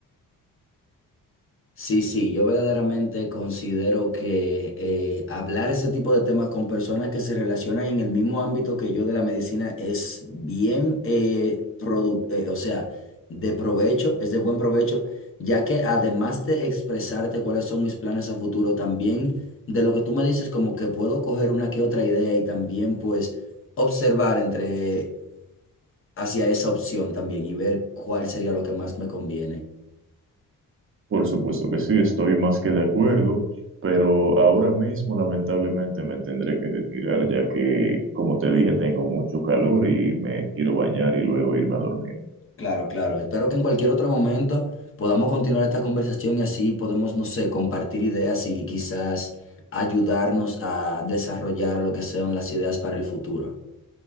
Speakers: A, on the left; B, on the right.
A: Sí, sí, yo verdaderamente considero que eh, hablar ese tipo de temas con personas que se relacionan en el mismo ámbito que yo de la medicina es bien, eh, produ- eh, o sea, de provecho, es de buen provecho, ya que además de expresarte cuáles son mis planes a futuro, también de lo que tú me dices, como que puedo coger una que otra idea y también pues observar entre hacia esa opción también y ver cuál sería lo que más me conviene.
B: Por supuesto que sí, estoy más que de acuerdo, pero ahora mismo lamentablemente me tendré que retirar ya que, como te dije, tengo mucho calor y me quiero bañar y luego irme a dormir.
A: Claro, claro. Espero que en cualquier otro momento podamos continuar esta conversación y así podemos, no sé, compartir ideas y quizás ayudarnos a desarrollar lo que sean las ideas para el futuro.